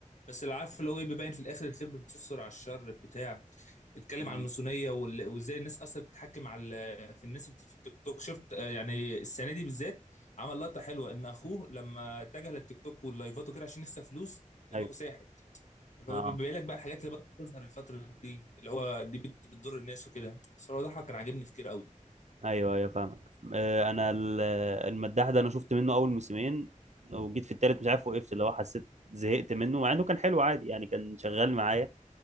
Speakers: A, on the left (about 65°); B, on the right (about 60°).
A: بس اللي عارف اللي هو ايه بيبين في الاخر الخير بينتصر على الشر بتاع اتكلم
B: مم.
A: عن الماسونيه وال- وازاي الناس اصلا بتتحكم على في الناس في التيك توك شفت آه، يعني السنه دي بالذات عمل لقطه حلوه ان اخوه لما اتجه للتيك توك واللايفات وكده عشان يكسب فلوس دماغه
B: ايوه
A: ساحت اللي
B: اه
A: هو بيبين لك بقى الحاجات اللي بدأت تظهر الفتره دي اللي هو دي بت- بتضر الناس وكده صراحه ده كان عاجبني في كتير قوي
B: ايوه ايوه فاهمك آه، انا ال- المداح ده انا شفت منه اول موسمين وجيت في التالت مش عارف وقفت اللي هو حسيت زهقت منه مع انه كان حلو عادي يعني كان شغال معايا